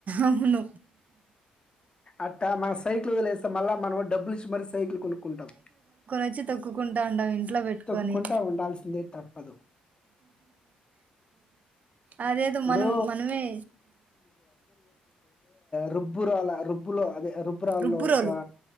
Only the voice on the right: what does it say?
అవును
అచ్చి తొక్కుకుండా ఉడం ఇంట్లో పెట్టుకని
అదేదో
మనం మనామే
రుబ్బురోలు